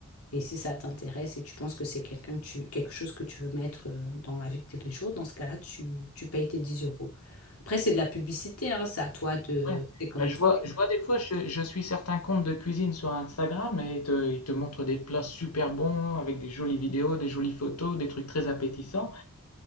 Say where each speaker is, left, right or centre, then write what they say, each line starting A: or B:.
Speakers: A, on the left; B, on the left.
A: Et si ça t'intéresse et tu penses que c'est quelqu'un que tu, quelque chose que tu veux mettre euh, dans la vie de tous les jours, dans ce cas-là, tu, tu payes tes 10 euros. Après, c'est de la publicité, hein, c'est à toi de...
B: Ouais.
A: C'est comme
B: Bah, Je
A: tout.
B: vois, je vois des fois, je, je suis certains comptes de cuisine sur Instagram et ils te, ils te montrent des plats super bons avec des jolies vidéos, des jolies photos, des trucs très appétissants.